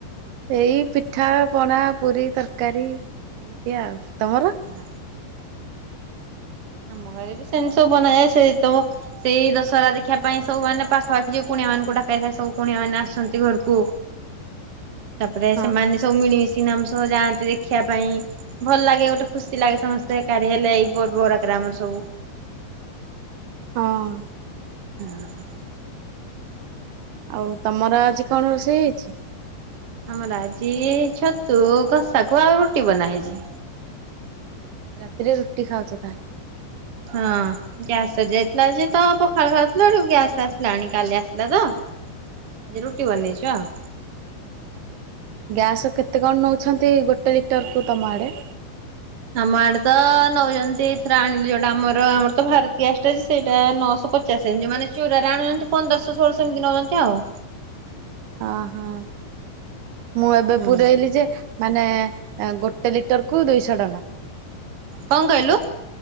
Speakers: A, on the right; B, on the right.
A: ଏଇ ପିଠା, ପଣା, ପୁରୀ, ତରକାରୀ ଏମିତି ଆଉ, ତମର?
B: ହଁ। ଆମ ଘରେ ବି ସେମିତି ସବୁ ବନା ଯାଏ, ସେଇ ତବ ସେଇ ଦଶହରା ଦେଖିବା ପାଇଁ ସଵୁ ମାନେ ପାଖାପାଖି ଜଉ କୁଣିଆ ମାନଙ୍କୁ ଡକାଇଥାଏ ସବୁ କୁଣିଆ ମାନେ ଆସନ୍ତି ଘରକୁ। ତାପରେ
A: ହଁ
B: ସେମାନେ ସବୁ ମିଳିମିଶି କିନା ଆମ ସହ ଯାଆନ୍ତି ଦେଖିବା ପାଇଁ। ଭଲ ଲାଗେ ଗୋଟେ ଖୁସି ଲାଗେ ସମସ୍ତେ ଏକାଠି ହେଲେ ଏଇ ପର୍ବରାକରେ ଆମର ସବୁ।
A: ହଁ।
B: ହୁଁ।
A: ଆଉ ତମର ଆଜି କଣ ରୋଷେଇ ହେଇଛି?
B: ଆମର ଆଜି ଛତୁ କଷାକୁ ଆଉ ରୁଟି ବନା ହେଇଛି।
A: ରାତିରେ ରୁଟି ଖାଉଛ ତାହେଲେ?
B: ହଁ। ଗ୍ୟାସ ସରି ଯାଇଥିଲା ଯେ ତ ପଖାଳ ଖାଉଥିଲା ବଳୁ ଗ୍ୟାସ ଆସିଲାଣି କାଲି ଆସିଲା ତ। ଆଜି ରୁଟି ବନେଇଛୁ ଆଉ।
A: ଗ୍ୟାସ୍ କେତେ କଣ ନେଉଛନ୍ତି ଗୋଟେ ଲିଟରକୁୁ ତମ ଆଡ଼େ?
B: ଆମ ଆଡେ ତ ନଉଛନ୍ତି ଏଥିରେ ଆଣିଲି ଯୋଉଟା ଆମର, ଆମର ତ ଭାରତ ଗ୍ୟାଷ୍ଟା ଅଛି ସେଇଟା ନଅଶହ ପଚ ଆଛା ସେମିତି ମାନେ ଚୁରାରେ ଆଣୁଛନ୍ତି ପନ୍ଦରଶହ ଷୋଳଶହ ଏମିତି ନେଉଛନ୍ତି ଆଉ।
A: ଅ ହୋ, ମୁଁ ଏବେ
B: ହୁଁ
A: ପୁରଇଲି ଯେ ମାନେ, ଗୋଟେ ଲିଟରକୁ ଦୁଇଶହ ଟଙ୍କା।
B: କଣ କହିଲୁ?